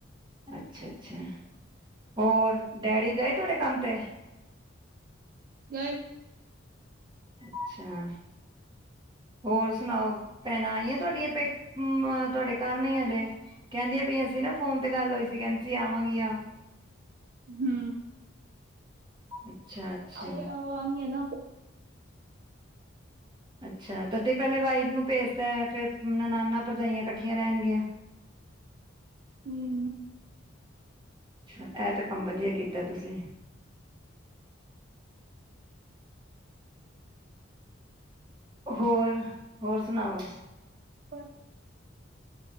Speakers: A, on the right; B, on the right.
A: ਅੱਛਾ ਅੱਛਾ, ਹੋਰ ਡੈਡੀ ਗਏ ਤੁਆਡੇ ਕੰਮ ਤੇ।
B: ਗਏ।
A: ਅੱਛਾ, ਹੋਰ ਸੁਣਾਓ ਭੈਣਾਂ ਆਈਆਂ ਤੁਆਡੀਅ ਹੂੰ ਤੁਵਾਡੇ ਕਰਨੀ ੲ ਅਲੇ ਕੈਂਦੀਆਂ ਪੀਆਂ ਸੀਂ ਨਾ ਫੋਨ ਤੇ ਗੱਲ ਹੋਈ ਸੀ ਕੈਂਦੀ ਸੀ ਆਵਾਗਿਆਂ।
B: ਹੂੰ। <unintelligible>
A: ਅੱਛਾ-ਅੱਛਾ।
B: ਊ ਆਨੰਗਿਆਂ ਨਾ
A: ਅੱਛਾ। ਤਦੇ ਪੈਲੇ ਵਾਈਫ ਨੂੰ ਭੇਜ ਤੇ ਫੇਿਰ ਨਨਾਨਾ ਭਰਜਾਈਆਂ ਇਕੱਠੀਆਂ ਰਹਿਣਗੀਆਂ
B: ਹਮ
A: ਅੱਛਾ ਇਹ ਤਾਂ ਕੰਮ ਵਧੀਆ ਕੀਤਾ ਤੁਸੀਂ ਹੋਰ ਹੋਰ ਸੁਣਾਓ
B: ਪਰ